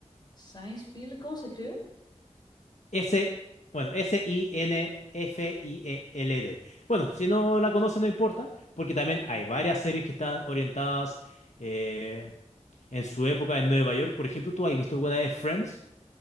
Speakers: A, on the left; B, on the left.
A: Science Field, ¿cómo se escribe?
B: S, bueno, S-I-N-F-I-E-L-D. Bueno, si no la conocen, no importa, porque también hay varias series que están orientadas eh, en su época en Nueva York. Por ejemplo, ¿tú has visto alguna de Friends?